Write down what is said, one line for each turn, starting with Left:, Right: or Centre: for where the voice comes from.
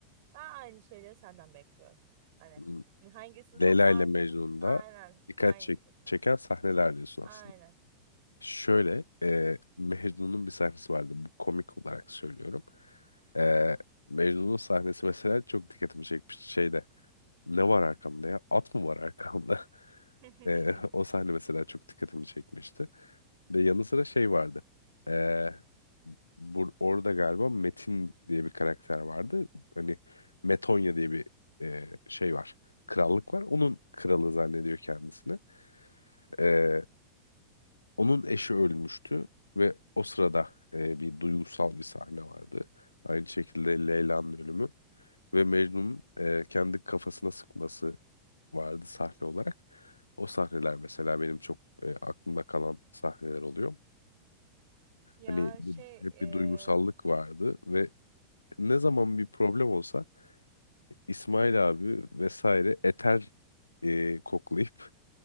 Right: Ben aynı şeyleri senden bekliyorum. Hani
Left: M-
Right: hangisini çok
Left: Leyla
Right: beğendin?
Left: ile Mecnun'da
Right: Aynen.
Left: dikkat
Right: Hangi?
Left: çek- çeken sahneler diyorsun
Right: Aynen.
Left: aslında. Şöyle e, Mecnun'un bir sahnesi vardı. Bu komik olarak söylüyorum. E, Mecnun'un sahnesi mesela çok dikkatimi çekmişti. Şeyde ne var arkamda ya? At mı var arkamda? <laughs>
Right: <laughs>
Left: E, o sahne mesela çok dikkatimi çekmişti. Ve yanı sıra şey vardı. Ee, bur orada galiba Metin diye bir karakter vardı. Hani Metonya diye bir e, şey var. Krallık var. Onun kralı zannediyor kendisini. Ee, onun eşi ölmüştü ve o sırada e, bir duygusal bir sahne vardı. Aynı şekilde Leyla'nın ölümü ve Mecnun'un e, kendi kafasına sıkması vardı sahne olarak. O sahneler mesela benim çok e, aklımda kalan sahneler oluyor.
Right: Ya
Left: Hani bir-
Right: şey
Left: hep
Right: e,
Left: bir duygusallık vardı ve ne zaman bir problem olsa İsmail abi vesaire eter e, koklayıp